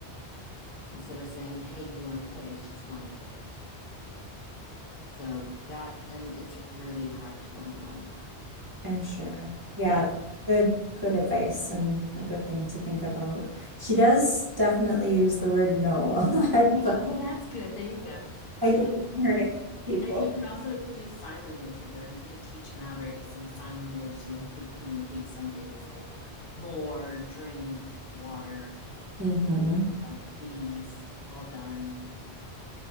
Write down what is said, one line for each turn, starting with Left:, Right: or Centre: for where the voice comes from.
Left: Instead of saying, hey, do you want to play? She's going to hit. So that, and it's really hard to unlearn that.
Right: I'm sure. Yeah,
Left: Yeah.
Right: good, good advice and a good thing to think about. She does definitely use the word no <laughs> a
Left: <laughs>
Right: lot,
Left: well,
Right: but
Left: that's good. There you go.
Right: I
Left: <laughs>
Right: don't want her to hit people.
Left: and you can also do sign language with her. We did teach Maverick some sign language so he could communicate some things like more, drink, water,
Right: hmm
Left: uh, please, all done,